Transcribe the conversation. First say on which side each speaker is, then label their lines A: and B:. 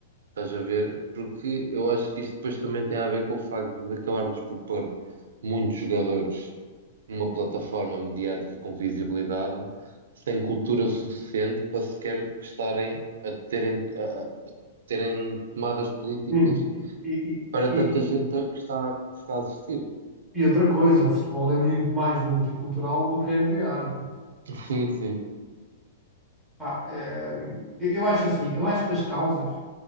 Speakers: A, on the right; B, in the centre.
A: estás a ver? Porque eu acho que isto depois também tem a ver com o facto de acabarmos por pôr muitos jogadores numa plataforma mediática com visibilidade, sem cultura suficiente para sequer estarem a terem, a, a terem tomadas políticas
B: Hum, E, e,
A: para
B: e,
A: tanta
B: e-
A: gente que está, que está a assistir.
B: e outra coisa, o futebol é muito mais multicultural do que a NBA,
A: Sim, sim,
B: Pá, eh, eu eu acho assim, eu acho que as causas,